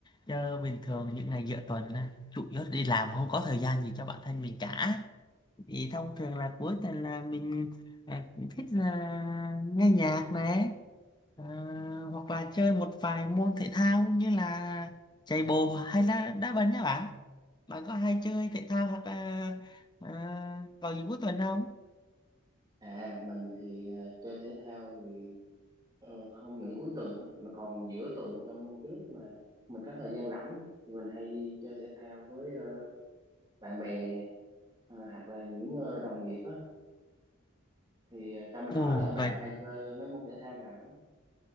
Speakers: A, on the left; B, on the right.
A: chứ bình thường những ngày giữa tuần á, chủ yếu đi làm không có thời gian gì cho bản thân mình cả thì thông thường là cuối tuần là mình ờ, thích là nghe nhạc này Ờ, hoặc là chơi một vài môn thể thao như là chạy bộ hay là đá banh nhá bạn bạn có hay chơi thể thao hoặc là ờ, vào dịp cuối tuần không
B: À, mình thì ờ, chơi thể thao thì ờ, không những cuối tuần á, mà còn giữa tuần trong cái lúc mà mình có thời gian rảnh á, thì mình hay chơi thể thao với ờ, bạn bè nè, ờ, hoặc là những ờ, đồng nghiệp á. Thì ờ, cho mình
A: ồ
B: hỏi là bạn
A: vậy
B: hay chơi ờ, mấy môn thể thao nào